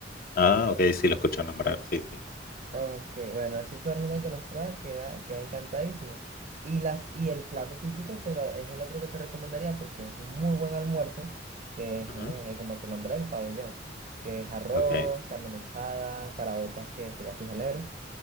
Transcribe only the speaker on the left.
Ah, ok, sí, lo escucho nombrar, sí, sí.
Ujú,
Ok,